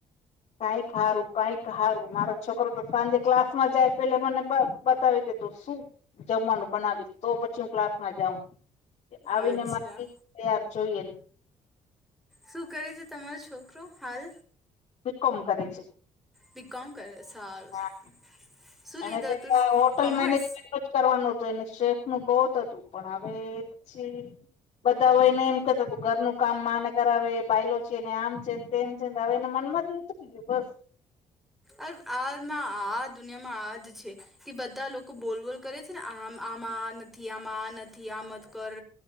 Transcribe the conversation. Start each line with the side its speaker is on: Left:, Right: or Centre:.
Left: કઈક હારું કંઈક હારું. મારો છોકરો તો સાંજે ક્લાસમાં જાય પેલે મને બ-બતાવી દેતો શું જમવાનું બનાવીશ તો પછી હું ક્લાસ માં જાઉં. છે આવીને
Centre: અચ્છા
Left: મારી તે આ જોઈએન.
Centre: શું કરે છે તમારો છોકરો હાલ.
Left: બી. કોમ કરે છે.
Centre: બી. કોમ કરે સારુ
Left: હા
Centre: સારુ શું
Left: એને
Centre: લીધું
Left: પેલા
Centre: તું
Left: હોટલ
Centre: કોમર્સ?
Left: મેનેજમેન્ટ જ કરવાનું હતું એને સેફ નું બહુત હતું પણ હવે છે બધા હોયને એમ કેતા ત ઘરનું કામ માને કરાવે બઈલો છેને આમ છે. તેમ છેવે એને મન માંથી નથી થગયું બસ.
Centre: અ આના આ દુનિયા માં આજ છે કે બધા લોકો બોલ બોલ કરે છે ને આમ. આમાં આ નથી, આમાં આ નથી આ મત કર.